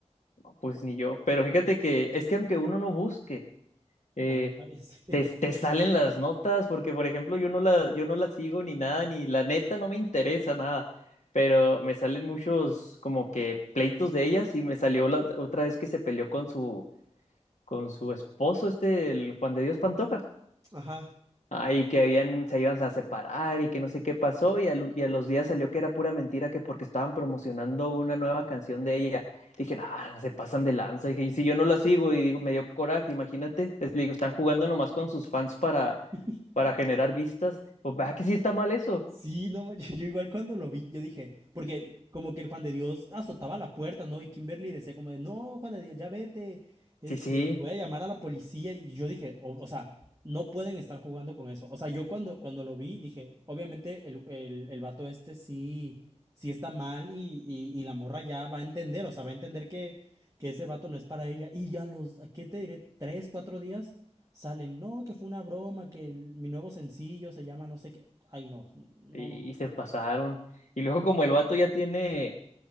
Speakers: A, on the left (about 85°); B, on the right (about 30°).
A: Pues ni yo, pero fíjate que es que aunque uno no busque, eh,
B: Ahí aparece.
A: te, te
B: <laughs>
A: salen las notas, porque por ejemplo yo no la, yo no la sigo ni nada, ni la neta no me interesa nada, pero me salen muchos como que pleitos de ellas y me salió la ot- otra vez que se peleó con su, con su esposo, este, el Juan de Dios Pantoja.
B: Ajá.
A: Ay, que habían, se iban a separar y que no sé qué pasó y, al- y a los días salió que era pura mentira, que porque estaban promocionando una nueva canción de ella. Dije, ah, se pasan de lanza. Dije, y si yo no la sigo y digo, me dio coraje, imagínate. Es- le digo, están jugando nomás con sus fans para,
B: <laughs>
A: para generar vistas. Pues vea que sí está mal eso.
B: Sí, no manches, yo igual cuando lo vi, yo dije, porque como que el Juan de Dios azotaba la puerta, ¿no? Y Kimberly decía como de, no, Juan de Dios, ya vete, este,
A: Sí, sí,
B: voy a llamar a la policía. Y yo dije, o, o sea, no pueden estar jugando con eso. O sea, yo cuando, cuando lo vi, dije, obviamente el, el, el vato este sí, sí está mal y, y, y la morra ya va a entender, o sea, va a entender que, que ese vato no es para ella. Y ya los, ¿a ¿qué te diré? Tres, cuatro días salen, no, que fue una broma, que el- mi nuevo sencillo se llama no sé qué. Ay, no, no,
A: y,
B: no.
A: y se pasaron. Y luego como el vato ya tiene...